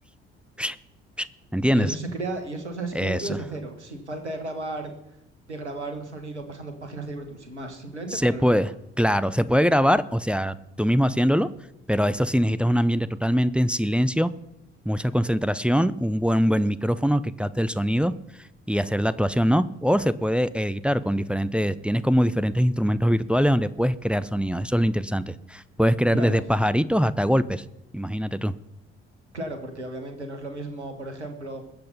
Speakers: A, in the centre; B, on the right (about 90°).
A: <laughs> ¿me entiendes?
B: Y eso se crea, y eso lo sabes
A: Eso.
B: crear tú desde cero, sin falta de grabar, de grabar un sonido pasando páginas de libreto, sin más, simplemente
A: Se
B: con el
A: puede,
B: ordenador.
A: claro, se puede grabar, o sea, tú mismo haciéndolo, pero eso sí necesitas un ambiente totalmente en silencio, mucha concentración, un buen, un buen micrófono que capte el sonido y hacer la actuación, ¿no? O se puede editar con diferentes, tienes como diferentes instrumentos virtuales donde puedes crear sonidos, eso es lo interesante. Puedes crear
B: Claro,
A: desde pajaritos hasta golpes, imagínate tú.
B: claro, porque obviamente no es lo mismo, por ejemplo,